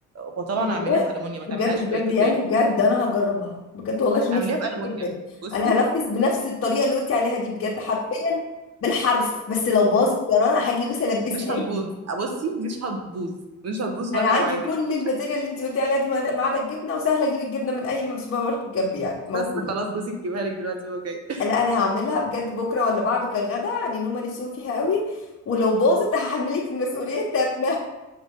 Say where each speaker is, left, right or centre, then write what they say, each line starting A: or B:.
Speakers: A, on the right; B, on the left.
A: وطبعا
B: طب والله
A: اعمليها في الومنيا ما
B: بجد
A: تعمليهاش
B: بجد
A: في تيفال
B: يعني بجد انا هجربها بجد والله عشان
A: اعمليها
B: نفسي
A: في
B: فيها
A: الومنيا
B: جدا
A: بصي
B: انا هنفذ بنفس الطريقه اللي قلتي عليها دي بجد حرفيا بالحرف بس لو باظت يا رنا هاجي بص البسها
A: مش هتبوظ
B: لك
A: بصي مش هتبوظ مش هتبوظ
B: انا
A: وانا
B: عندي
A: اوعدك
B: كل
A: <laughs>
B: الماتيريال اللي انت قلتي عليها دي ما عدا ما عدا الجبنه وسهله اجيب الجبنه من اي سوبر ماركت جنبي يعني موجوده
A: بس خلاص جوزك يجيبها لك دلوقتي وهو جاي
B: لا انا هعملها بجد بكره ولا بعده كغدا يعني ان هم نفسهم فيها قوي ولو باظت هحملك المسؤوليه التامه